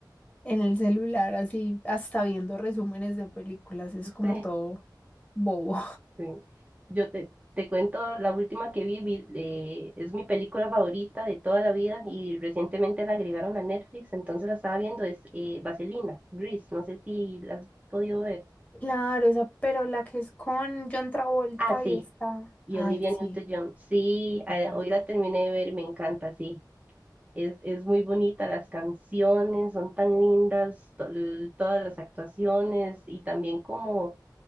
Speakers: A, on the left; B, on the right.
A: en el celular, así hasta viendo resúmenes de películas, es
B: <laughs>
A: como
B: sí.
A: todo bobo.
B: Sí. Yo te, te cuento la última que vi, vi- eh, es mi película favorita de toda la vida y recientemente la agregaron a Netflix, entonces la estaba viendo, es eh, Vaselina, Grease, no sé si la has podido ver.
A: Claro, esa, pero la que es con John Travolta
B: Ah, sí,
A: y está.
B: y
A: Ay,
B: Olivia
A: sí,
B: Newton-John, sí,
A: me
B: eh,
A: encanta.
B: hoy la terminé de ver, me encanta, sí. Es, es muy bonita, las canciones son tan lindas, to- l- todas las actuaciones y también como